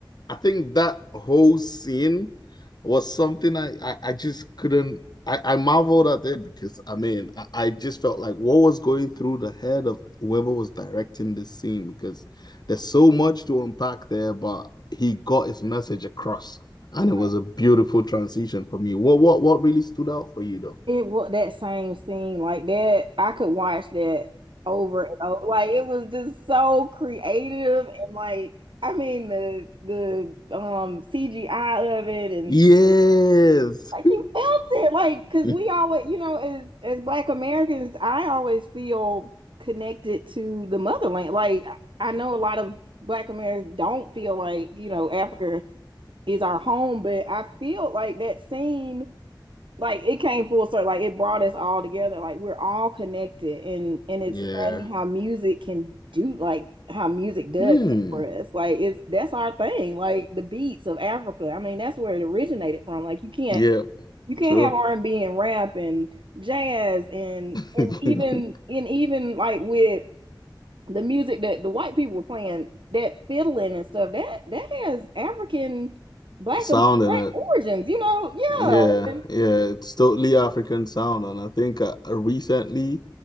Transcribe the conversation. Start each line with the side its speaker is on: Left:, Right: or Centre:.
Left: I think that whole scene was something I, I, I just couldn't. I, I marveled at it because I mean I, I just felt like what was going through the head of whoever was directing this scene because there's so much to unpack there, but he got his message across, and
Right: Right.
Left: it was a beautiful transition for me. What what what really stood out for you though?
Right: It was that same scene like that. I could watch that over and over. Like it was just so creative and like I mean the the um CGI of it and
Left: <laughs> yes.
Right: like you felt it like because
Left: <laughs>
Right: we always you know as as black americans i always feel connected to the motherland like i know a lot of black americans don't feel like you know africa is our home but i feel like that scene like it came full circle like it brought us all together like we're all connected and and it's
Left: yeah.
Right: funny how music can do like how music does
Left: Hmm.
Right: that for us like it's that's our thing like the beats of africa i mean that's where it originated from like you can't
Left: Yeah.
Right: you can't
Left: True.
Right: have R and B and rap and jazz and
Left: <laughs>
Right: and even and even like with the music that the white people were playing, that fiddling and stuff, that that has African black
Left: sound and
Right: black
Left: a
Right: origins, you know? Yeah.
Left: Yeah,
Right: And
Left: yeah, it's totally African sound, and I think uh, recently